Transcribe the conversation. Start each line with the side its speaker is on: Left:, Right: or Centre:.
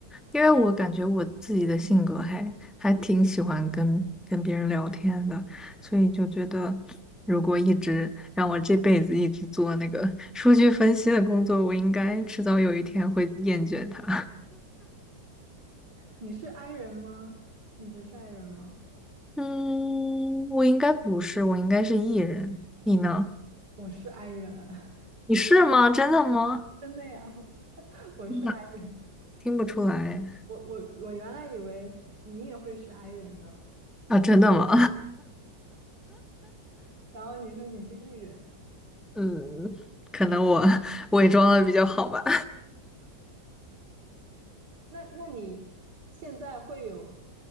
Centre: 因为我感觉我自己的性格还还挺喜欢跟跟别人聊天的，所以就觉得如果一直让我这辈子一直做那个 <laughs> 数据分析的工作，我应该迟早有一天会厌倦它。
Right: 你是 i 人吗？你不是 i 人吗？
Centre: <laughs> 嗯，我应该不是，我应该是艺人。你呢？
Right: 我是 i 人，
Centre: 你是吗？真的吗？
Right: <laughs> 真的呀，<laughs> 我是
Centre: 真的
Right: i，
Centre: 听不出来
Right: 我我我原来以为你也会是 i 人呢，
Centre: 啊，真的吗？
Right: 然后你说你是 e 人。
Centre: <laughs> 嗯，可能我伪装的比较好吧。
Right: 那那你现在会有，